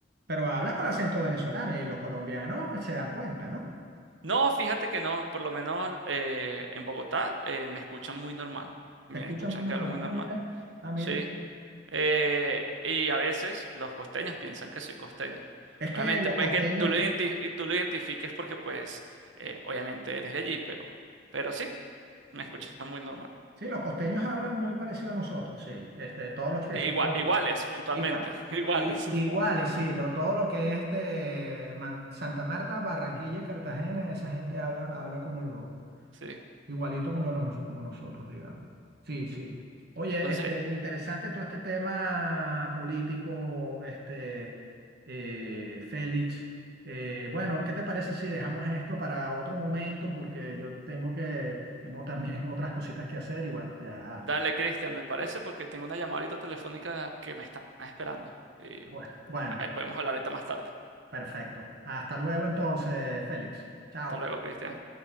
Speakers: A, on the right (about 60°); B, on the right (about 75°).
A: Pero hablas con acento venezolano y los colombianos se dan cuenta, ¿no?
B: No, fíjate que no, por lo menos eh, en Bogotá eh, me escuchan muy normal. Me
A: Te escuchan
B: escuchan
A: muy normal.
B: que hablo muy normal.
A: Ah, mira, ah, mira.
B: Sí. Eh, y a veces los costeños piensan que soy costeño.
A: Es que
B: Obviamente,
A: los
B: puede
A: costeños,
B: que tú lo identi- tú lo identifiques porque, pues, eh, obviamente eres de allí, pero, pero sí, me
A: sí,
B: escuchan
A: sí.
B: muy normal.
A: Sí, los costeños hablan muy parecido a nosotros, sí. Este, todos los que
B: Sí,
A: son
B: Igual,
A: los-
B: iguales, puntualmente,
A: igual.
B: <laughs> iguales.
A: I- Iguales, sí, lo- todo lo que es este, Man- Santa Marta, Barranquilla y Cartagena, esa gente habla, habla como, lo-
B: Sí.
A: igualito como, los, como nosotros, digamos. Sí, sí. Oye,
B: Entonces,
A: este, interesante todo este tema político, este, eh, Félix. Eh, bueno, ¿qué te parece si dejamos esto para otro momento? Porque yo tengo que, tengo también <laughs> otras cositas que hacer y bueno, ya,
B: Dale, Cristian, me parece porque tengo una llamadita telefónica que me están esperando. Y
A: bueno, bueno,
B: ahí podemos hablar ahorita más tarde.
A: perfecto. Hasta luego entonces, Félix. Chao.
B: Hasta luego, Cristian.